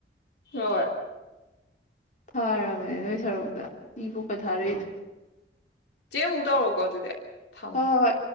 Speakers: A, on the left (about 75°); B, on the left (about 45°).
A: ꯍꯣꯏ
B: ꯊꯥꯔꯕꯅꯦ ꯅꯣꯏ ꯁꯔꯨꯛꯇ ꯏ ꯄꯣꯛꯀ ꯊꯥꯔꯛꯏꯗ
A: ꯆꯦ ꯑꯃꯗ ꯋꯥ ꯀꯣꯜꯗꯗ ꯊꯝꯕ
B: ꯍꯣꯏ ꯍꯣꯏ